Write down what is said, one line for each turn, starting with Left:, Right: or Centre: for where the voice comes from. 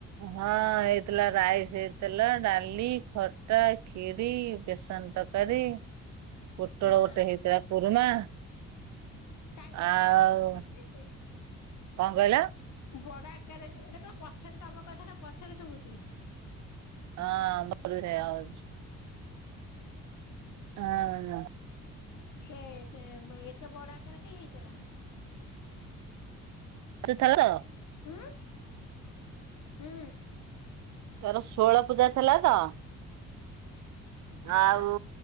Right: ହଁ ହେଇଥିଲା ରାଇସ ହେଇଥିଲା ଡାଲି ଖଟା ଖିରୀ ବେସନ। ସନ ତରକାରୀ ପୋଟଳ
Left: ହଁ
Right: ଗୋଟେ ହେଇଥିଲା କୁରୁମା।
Left: କାଇଁ କଣ
Right: ଆଉ
Left: ବଡବାପା ଆକୁ ନେଇ ଯିବେ କି?
Right: କଣ କହିଲ?
Left: ବଡ ଆକାରରେ ଏଇଟା କଣ ପଛରେ ତମ କଥାଟା ପଛରେ ଶୁଭୁଚି।
Right: ହଁ ମର ବି ସେୟା ହଉଚି। ହଁ।
Left: ସେ ଚେ ଏତେ ବଡ ଆକାରରେ ହେଇଥିଲା।
Right: <unintelligible>
Left: ଉଁ ହୁଁ।
Right: ତାର ଷୋଳ ପୂଜା ଥିଲା ତ।
Left: ହଁ
Right: ଆଉ